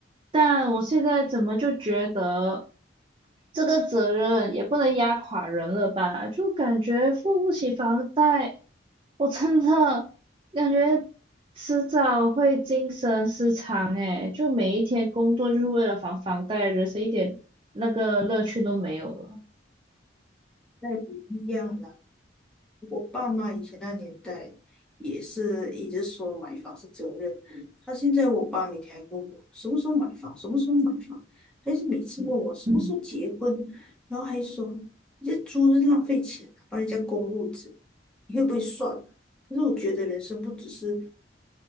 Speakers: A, on the right; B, in the centre.
A: 但我现在怎么就觉得这个责任也不能压垮人了吧？就感觉付不起房贷，我真的感觉迟早会精神失常诶，就每一天工作就是为了还房贷，人生一点那个乐趣都没有了。
B: 那不一样啦。我爸妈以前那年代也是一直说买房是责任，他现在我爸每天还问我什么时候买房，什么时候买房，还是每次问我什么时候结婚，
A: 嗯
B: 然后还说你这租是浪费钱啊，帮人家供物质，你会不会算啊可是我觉得人生不只是